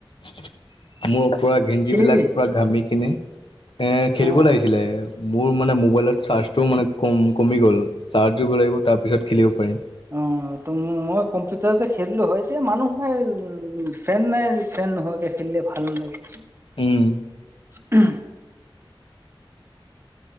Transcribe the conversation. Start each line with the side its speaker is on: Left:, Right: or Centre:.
Left: <inaudible> মূৰ পুৰা গেঞ্জী
Right: খেলিবি
Left: বিলাক পুৰা ঘামি কিনে। অ খেলিব
Right: উম
Left: লাগিছিলে। মোৰ মানে মোবাইলত চাৰ্জটোও মানে কম কমি গ'ল চাৰ্জ দিব লাগিব। তাৰপিছত খেলিব পাৰিম।
Right: অহ, ত' মই কম্পিউটাৰতে খেলিলো হয় এতিয়া মানুহ নাই উম ফেন নাই ফেন নহকে খেলিলে ভাল নালাগে।
Left: উম।
Right: উম,